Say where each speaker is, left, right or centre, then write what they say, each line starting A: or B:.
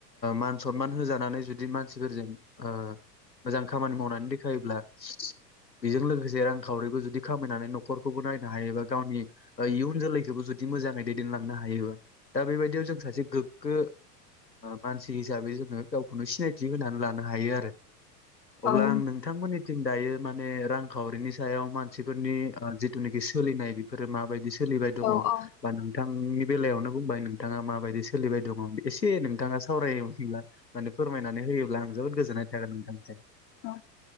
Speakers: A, on the left; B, on the left.
A: मान सनमान होजानानै जुदि मानसिफोरजों ओ मोजां खामानि मावनानै देखायोब्ला बेजों लोगोसे रां खावरिबो जुदि खामायनानै नखरखौबो नायनो हायो एा गावनि इयुन जोलैखौबो जुदि मोजाङै दैदेनलांनो हायो <unintelligible> दा बेबायदियाव जों सासे गोगो मानसि हिसाबै जोङो गावखौनो सिनायथि होनानै लानो हायो आरो अब्ला
B: औ
A: आं नोंथांमोननिथिं दायो माने रांखावरिनि सायाव मानसिफोरनि जिथुनाखि सोलिनाय बेफोरो माब बायदि सोलिबाय दङ
B: औ
A: बा नोंथांनि बेलायावनो बुंबाय नों नोंथाङा माबायदि सोलिबाय दङ एसे नोंथाङा सावरायब्ला माने खमायनानै होयोब्ला आं जोबोद गोजोननाय थारोन नोंथांसिम
B: अ